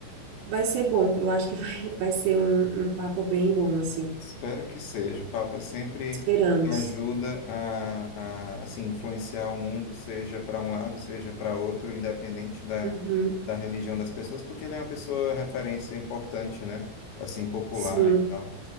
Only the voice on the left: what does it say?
Espero que seja. O Papa sempre
ajuda a, a assim, influenciar o mundo, seja para um lado, seja para outro, independente da,
da religião das pessoas, porque ele é uma pessoa referência importante, né? Assim, popular
e tal.